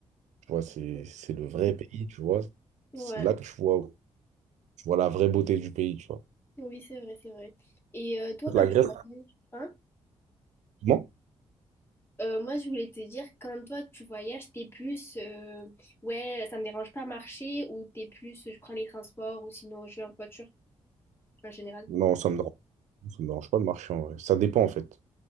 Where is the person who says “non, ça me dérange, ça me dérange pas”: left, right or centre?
Right